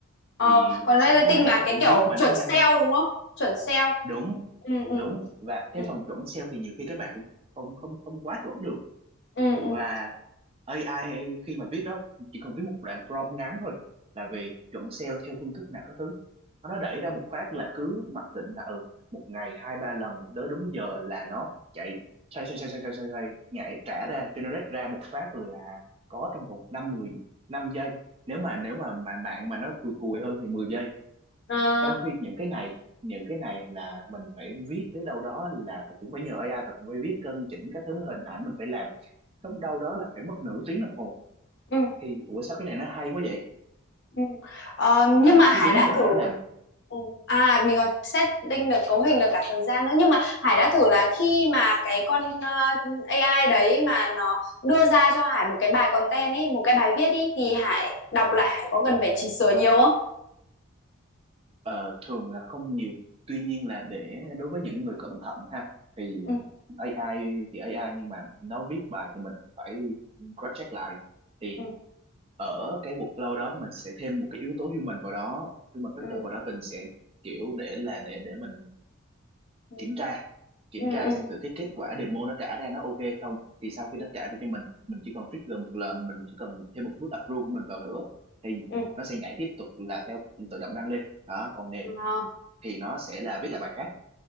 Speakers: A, on the left; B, on the right.
A: ờ
B: thì
A: còn
B: sau
A: marketing
B: cái này
A: mà
B: nó
A: cái
B: cũng
A: kiểu
B: viết mà
A: chuẩn
B: nó nhanh
A: sale đúng không chuẩn sale
B: đúng
A: ừ ừ
B: đúng và cái
A: ừ
B: phần chuẩn SEO thì nhiều khi các bạn cũng không không không quá chuẩn được
A: ừ ừ
B: và AI khi mà viết đó chỉ cần viết một đoạn prompt ngắn thôi là về chuẩn sale theo phương thức nào các thứ nó đẩy ra một phát là cứ mặc định là ừ một ngày hai ba lần tới đúng giờ là nó chạy xoay xoay xoay xoay xoay xoay, xoay nhảy trả
A: ừ.
B: ra generate ra một phát là có trong vòng năm mười năm giây nếu mà nếu mà mà bạn mà nó cùi cùi hơn thì mười giây
A: Ờ,
B: trong khi những cái này những cái này là mình phải viết tới đâu đó là cũng phải nhờ AI và cũng phải viết cân chỉnh các thứ hình ảnh mình phải làm lúc đâu đó là phải mất nửa tiếng đồng hồ
A: ừ,
B: thì ủa sao cái này nó hay quá vậy
A: ừ. Ờ,
B: và
A: nhưng mà
B: nó
A: Hải
B: cứ đúng
A: đã
B: giờ
A: thử
B: là nó làm
A: ừ. à mình còn setting được cấu hình được cả thời gian nữa nhưng mà Hải đã thử là khi mà cái con ờ, AI đấy mà nó đưa ra cho Hải một cái bài content ấy một cái bài viết ý thì Hải đọc lại Hải có cần phải chỉnh sửa nhiều không
B: Ờ, thường là không nhiều tuy nhiên là để đối với những người cẩn thận ha thì
A: ừ
B: AI thì AI nhưng mà nó viết bài thì mình cũng phải cross check lại thì
A: ừ
B: ở cái workflow đó mình sẽ thêm một cái yếu tố human vào đó human factor
A: ừ
B: vào đó mình sẽ kiểu để là để để mình
A: ừ
B: kiểm tra kiểm
A: ừ
B: tra
A: ừ ừ
B: xem thử cái kết quả demo nó trả ra nó ok không thì sau khi
A: ừ.
B: nó trả được cho mình mình chỉ cần trigger một lần mình chỉ cần thêm một bước approve của mình vào nữa thì
A: ừ.
B: nó sẽ nhảy tiếp tục là theo tự động đăng lên đó còn nếu
A: Ờ,
B: thì nó sẽ là viết lại bài khác